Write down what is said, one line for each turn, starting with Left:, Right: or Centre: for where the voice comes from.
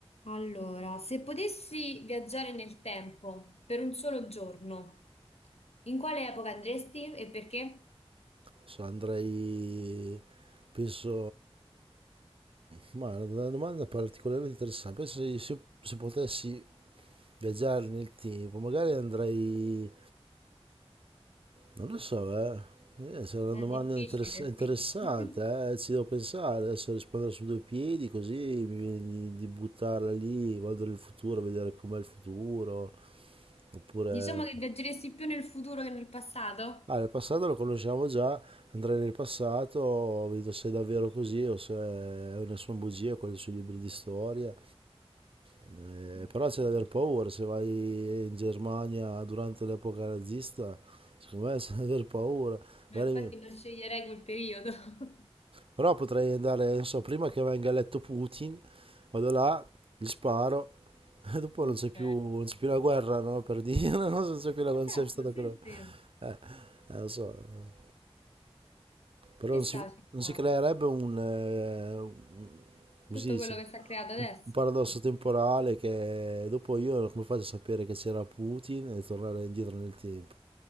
Left: Allora, se potessi viaggiare nel tempo per un solo giorno, in quale epoca andresti e perché?
Right: So, andrei, penso, ma è una domanda particolarmente interessante. Penso se, se- se potessi viaggiare nel tempo, magari andrei, non lo so, eh. Eh, se è una
Left: È
Right: domanda
Left: difficile,
Right: interess- interessante,
Left: sì. <laughs>
Right: eh, Ci devo pensare, adesso rispondere su due piedi, così mi viene di, di buttarla lì, vado nel futuro a vedere com'è il futuro, oppure...
Left: Diciamo che viaggeresti più nel futuro che nel passato?
Right: Ah, il passato lo conosciamo già, andrei nel passato, vedo se è davvero così o se o ne sono bugie quelle sui libri di storia. Eh,
Left: Ok.
Right: però c'è da aver paura, se vai in Germania durante l'epoca nazista, secondo me <laughs> c'è da aver paura.
Left: Eh,
Right: Magari
Left: Infatti
Right: mi-
Left: non sceglierei quel periodo. <laughs>
Right: Però potrei andare, non so, prima che venga eletto Putin, vado là, gli sparo, <laughs> e dopo
Left: Ok.
Right: non c'è più, non c'è più la guerra, no? Per dire, <laughs> non so, non c'è più la, non
Left: Esatto,
Right: c'è stata
Left: sì,
Right: più la...
Left: sì.
Right: Eh, eh, lo so. Però
Left: Ci
Right: non
Left: sta,
Right: si,
Left: ci
Right: non
Left: sta.
Right: si creerebbe un, eh, un- come
Left: Tutto
Right: si dice,
Left: quello che si è creato adesso.
Right: un- un paradosso
Left: <laughs>
Right: temporale che dopo io come faccio a sapere che c'era Putin e tornare indietro nel tempo?